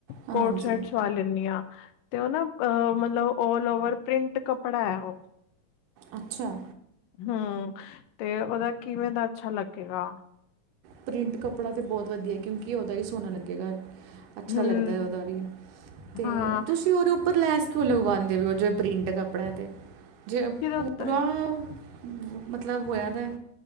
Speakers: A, on the right; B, on the left.
A: ਹਾਂਜੀ
B: ਕੋਟ-ਸ਼ਰਟ ਛਵਾ ਲੈਂਨੀ ਆ, 'ਤੇ ਉਹ ਨਾ ਅਹ ਮਤਲਬ ਔਲ ਓਵਰ। ਪ੍ਰਿੰਟ ਕੱਪੜਾ ਹੈ ਉਹ।
A: ਅੱਛਾ।
B: ਹੂ, 'ਤੇ ਓਦਾ ਕਿਵੇਂ ਦਾ ਅੱਛਾ ਲੱਗੇਗਾ?
A: ਪ੍ਰਿੰਟ ਕੱਪੜਾ 'ਤੇ ਬੋਤ ਵਦੀਐ, ਕਿਉਂਕਿ ਓਦਾ ਵੀ ਸੋਨਾ ਲੱਗੇਗਾ। ਅੱਛਾ
B: ਹਮ
A: ਲੱਗਦੈ ਉਦਾ ਵੀ, 'ਤੇ
B: ਹਾਂ
A: ਤੁਸੀਂ ਓਦੇ ਉੱਪਰ ਲੈਸ ਕਿਉਂ ਲਗਵਾਂਦੇ ਪੇ ਓ, ਜੇ ਪ੍ਰਿੰਟ ਕਪੜਾ ਐ 'ਤੇ। ਜੇ
B: ਕਿਹਦੇ ਉੱਤੇ
A: ਪੂਰਾ ਐ, ਮਤਲਬ ਹੋਇਆ ਦੈ।